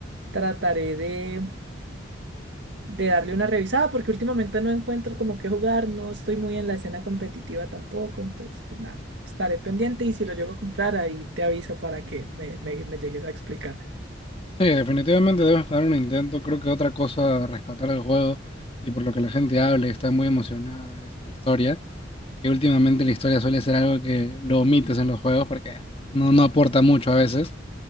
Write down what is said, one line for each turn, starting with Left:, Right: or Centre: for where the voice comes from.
Right: Trataré de, de darle una revisada porque últimamente no encuentro como qué jugar, no estoy muy en la escena competitiva tampoco, entonces pues nada, estaré pendiente y si lo llego a comprar ahí te aviso para que me, me, me llegues a explicar.
Left: sí, definitivamente debemos dar un intento, creo que otra cosa a rescatar el juego y por lo que la gente habla y está muy emocionada es la historia. que últimamente la historia suele ser algo que lo omites en los juegos porque no, no aporta mucho a veces,